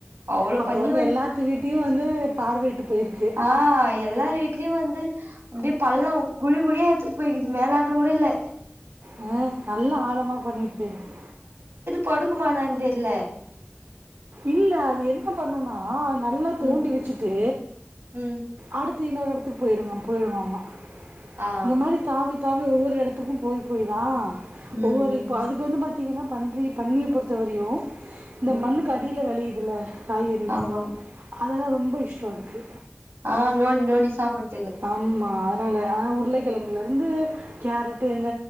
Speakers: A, on the right (about 85°); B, on the right (about 65°).
A: அவ்ளோ
B: அப்ப
A: பன்னி
B: வந்து எல்லாத்து வீட்டயு வந்து பார்வையிட்டு போயிருக்கு.
A: ஆஹ் எல்லாரு வீட்லயு வந்து அப்டே பள்ள குழி குழியா ஏடுத்துட்டு போயக்குது மேல ஆட்ட கூட இல்ல
B: ஹ நல்ல ஆலமா பண்ணிட்டு போயிடுத்து
A: படுக்குமா என்னானு தெரியல
B: இல்ல அது என்ன பண்ணும்னா நல்லா தோண்டி
A: ம்
B: வச்சுட்டு
A: ம்
B: அடுத்து இன்னொரு இடத்துக்கு போயிடுங்கப் போயிடுமாம
A: ஆ
B: இந்த மாரி தாவி தாவி ஒ வொரு இடத்துக்கும் போய்-போய் தா
A: ம்
B: ஒவ்வொரு
A: ம்
B: இப்போ அதுக்கு வந்து பாத் திங்கன்னா பன்றி பன்னிய பொறுத்த வரையு இந்த
A: ம்
B: மண்ணுக் கீழ வெளயுதுல காய்கறி
A: ஆமா
B: அதெல்லா ரொம் ம்ப இஷ்ட அதுக்கு
A: ஆஹ் நோன்டி நோன்டி சாப்பத்
B: ஆமா அதனால அ உருளைக் கிழங்குலருந்து கேரட்டு என்ன